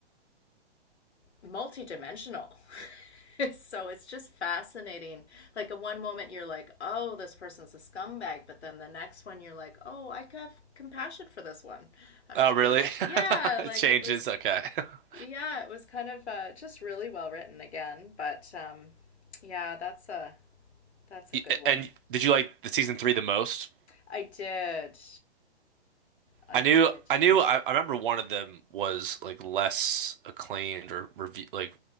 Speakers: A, on the left; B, on the right.
A: multidimensional. <laughs> so it's just fascinating. Like in one moment you're like, "Oh, this person's a scumbag," but then the next one you're like, "Oh, I could have compassion for this one." Actually,
B: Oh, really?
A: yeah,
B: <laughs> It
A: like
B: changes.
A: it was
B: Okay. <laughs>
A: yeah, it was kind of uh just really well written again, but um yeah, that's a that's a
B: Y-
A: good one.
B: And did you like the season three the most?
A: I did. I
B: I knew,
A: did.
B: I knew, I, I remember one of them was like less acclaimed or review, like